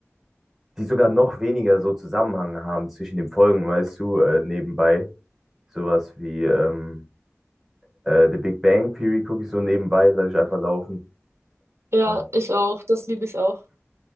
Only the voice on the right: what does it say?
Ja,
ich auch. Das liebe ich auch.